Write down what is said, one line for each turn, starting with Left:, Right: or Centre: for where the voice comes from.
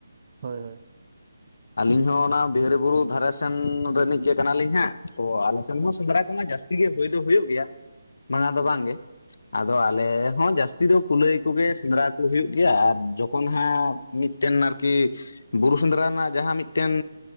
Right: ᱦᱳᱭ ᱦᱳᱭ ᱾
Left: ᱟᱹᱞᱤᱧ ᱦᱚᱸ ᱚᱱᱟ ᱵᱤᱦᱤᱨᱤ ᱵᱩᱨᱩ ᱫᱷᱟᱨᱮ ᱥᱮᱱ ᱨᱤᱱᱤᱡ ᱜᱮ ᱠᱟᱱᱟ ᱞᱤᱧ ᱦᱟᱸᱜ ᱛᱚ ᱟᱞᱮ ᱡᱚᱱᱢᱚ
Right: ᱦᱳᱭ
Left: ᱥᱮᱸᱫᱽᱨᱟ ᱠᱚᱢᱟ ᱡᱟᱹᱥᱛᱤ ᱜᱮ ᱦᱩᱭ ᱫᱚ ᱦᱩᱭᱩᱜ ᱜᱮᱭᱟ ᱵᱟᱝ ᱫᱚ
Right: ᱦᱳᱭ
Left: ᱵᱟᱝ ᱜᱮ ᱟᱫᱚ ᱟᱞᱮ ᱦᱚᱸ ᱡᱟᱹᱥᱛᱤ ᱫᱚ ᱠᱩᱞᱟᱹᱭ ᱠᱚᱜᱮ ᱥᱮᱸᱫᱽᱨᱟ ᱠᱚ ᱦᱩᱭᱩᱜ ᱜᱮᱭᱟ ᱟᱨ ᱡᱚᱠᱷᱚᱱ ᱦᱟᱸᱜ ᱢᱤᱫᱴᱮᱱ ᱟᱨᱠᱤ ᱵᱩᱨᱩ ᱥᱮᱸᱫᱽᱨᱟ ᱨᱮᱱᱟᱜ ᱡᱟᱦᱟᱸ ᱢᱤᱫᱴᱟᱝ